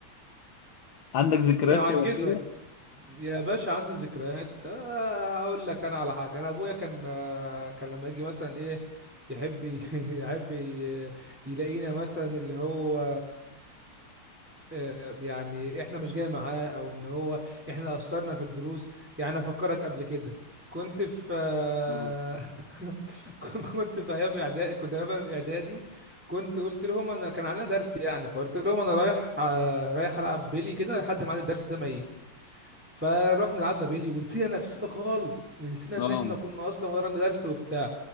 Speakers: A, on the left; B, in the centre.
A: عندك ذكريات
B: هعجزك
A: شبه كده
B: يا باشا عندي ذكريات آه، اقول لك انا على حاجه انا ابويا كان آه، كان لما يجي مثلا ايه يحب ي- <laughs> يحب ي- يلاقينا مثلا اللي هو آه، يعني احنا مش جاي معاه او ان هو احنا اثرنا في الدروس يعني افكرك قبل كده كنت في آه،
A: آه.
B: <laughs> كنت في ايام اعدادي كنت ايام اعدادي كنت قلت لهم انا كان علينا درس يعني فقلت لهم انا رايح آه، رايح العب بيلي كده لحد ما عاد الدرس ده ما يجي فروحنا لعبنا بيلي ونسينا نفسنا خالص نسينا
A: اه
B: ان احنا كنا اصلا ورانا درس وبتاع